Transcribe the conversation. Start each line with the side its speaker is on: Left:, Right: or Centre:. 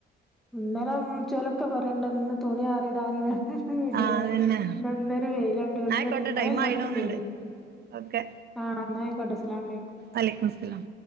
Centre: ഇന്നെലെ വിള്ച്ചോലൊക്കെ പറ് ഇണ്ടെന്നു തുണി ആറിയതാന്. ഇടാണ്
Right: ആഹ് അതന്നെ
Centre: അന്നെരം. വെയിലണ്ടന്നരം
Right: ന്നാ ആയിക്കോട്ടെ ടൈം
Centre: എല്ലോട
Right: ആയിണോന്നുണ്ട്
Centre: പത്ത ത്തും വെയില്
Right: ഓക്കെ
Centre: ആഹ് ഇന്നയിക്കോട്ടെ അസ്ലാ അലൈക്ക്
Right: അലൈക്കു മുസ്ലാം